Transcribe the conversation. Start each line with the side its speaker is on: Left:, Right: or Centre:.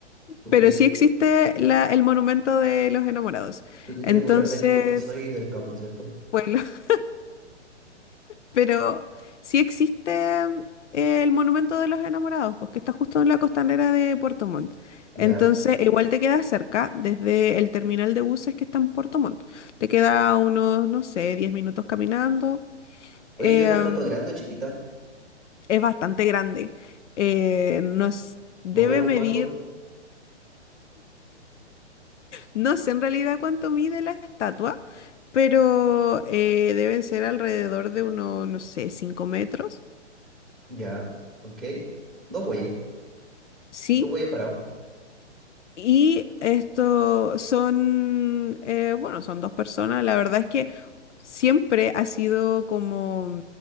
Centre: ¿Tú
Left: Pero
Centre: crees?
Left: sí existe la- el monumento de los enamorados.
Centre: Tú te
Left: Entonces,
Centre: quieres burlar de mí porque soy del campo, ¿cierto?
Left: pues <laughs> Pero sí existe mm, el Monumento de los Enamorados, pues que está justo en la costanera de Puerto Montt.
Centre: Ya.
Left: Entonces, igual te queda cerca desde el terminal de buses que está en Puerto Montt. Te queda unos, no sé, 10 minutos caminando.
Centre: Oye,
Left: Eh,
Centre: yo una estatua grande o chiquita.
Left: es bastante grande. Eh, nos debe
Centre: Más o menos
Left: medir,
Centre: cuánto.
Left: no sé en realidad cuánto mide la estatua, pero eh, deben ser alrededor de unos, no sé, 5 metros.
Centre: Ya. Ok. Dos güeyes.
Left: Sí,
Centre: Dos güeyes parados.
Left: Y esto son, eh, bueno, son dos personas. La verdad es que siempre ha sido como